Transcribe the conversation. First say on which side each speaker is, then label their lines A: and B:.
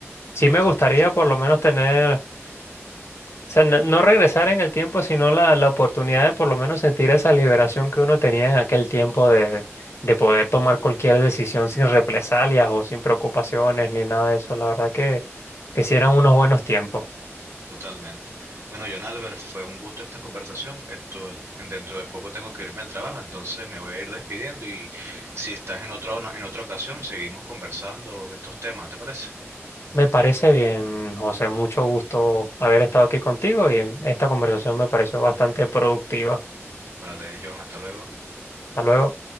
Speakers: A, on the left; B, on the right.
A: Sí
B: totalmente.
A: me gustaría por lo menos tener, o sea, no, no regresar en el tiempo, sino la, la oportunidad de por lo menos sentir esa liberación que uno tenía en aquel tiempo de, de poder tomar cualquier decisión sin represalias o sin preocupaciones ni nada de eso. La verdad que, que sí eran unos buenos tiempos.
B: Totalmente. Bueno, John Albert, fue un gusto esta conversación. Esto, dentro de poco tengo que irme al trabajo, entonces me voy a ir despidiendo y si estás en otra, en otra ocasión, seguimos conversando estos temas, ¿te parece?
A: Me parece bien, José, mucho gusto haber estado aquí contigo y esta conversación me pareció bastante productiva.
B: Vale, John, hasta luego.
A: Hasta luego.